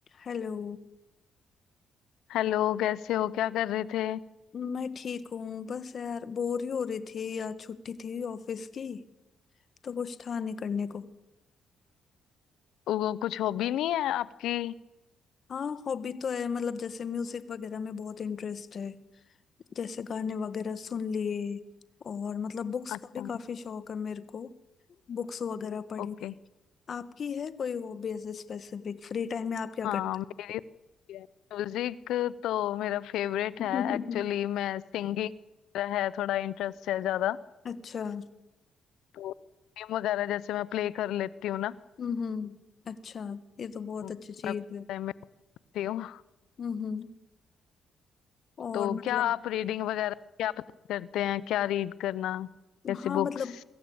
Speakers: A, on the left (about 50°); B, on the left (about 80°).
A: Hello
B: Hello कैसे हो क्या कर रहे थे
A: मैं ठीक हूँ बस यार बोर ही हो रही थी यार छुट्टी थी ऑफिस की तो कुछ था नहीं करने को
B: वो कुछ हॉबी नहीं है आपकी
A: हाँ हॉबी तो है मतलब जैसे म्यूजिक वगैरह में बहुत इंटरेस्ट है जैसे गाने वगैरह सुन लिए और मतलब बुक्स
B: अच्छा
A: का भी काफी शौक है मेरे को बुक्स वगैरह पढ़
B: ओके
A: ली आपकी है कोई हॉबी ऐसे स्पेसिफिक फ्री टाइम में आप क्या
B: हाँ
A: करते
B: मेरी म्यूजिक तो मेरा फेवरेट
A: हो?
B: है एक्चुअली मैं सिंगिंग है थोड़ा इंटरेस्ट है ज्यादा
A: <laughs> अच्छा
B: तो गेम वगैरह जैसे मैं प्ले कर लेती हूँ ना
A: हम्म हम्म, अच्छा ये तो बहुत
B: म-
A: अच्छी चीज
B: मैं
A: है
B: टाइम में होती हूँ
A: हम्म हम्म, और
B: तो
A: मतलब
B: क्या आप रीडिंग वगैरह क्या पसंद करते हैं क्या रीड करना कैसी
A: हाँ मतलब
B: बुक्स